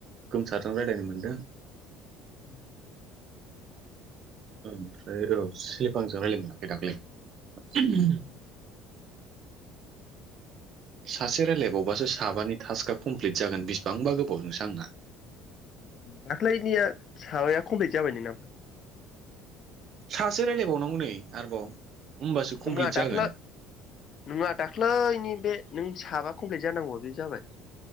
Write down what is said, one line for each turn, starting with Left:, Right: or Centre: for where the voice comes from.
Right: गोमसारजों रायज्लायनो मोन्दों?
Left: उ
Right: ओमफ्राय औ सेफांजों रायज्लाय मोनाखै दाख्लै।
Left: उम <inaudible>
Right: सासे रायजलायबावबासो साबानि टास्कआ खमफिलद जागोन बेसिबांबा गोबाव जोंसो‌ आंना।
Left: दाख्लैनिया साबाया कमप्लिट जाबाय नोंना?
Right: सासे रायजलायबावनांगौ नै आरोबाव। होमबासो कमप्लिट
Left: नोंङा दाख्लै
Right: जागोन
Left: -नोंा दाख्लैनि बे नों साबा कमप्लिट जानांगौ बे जाबाय?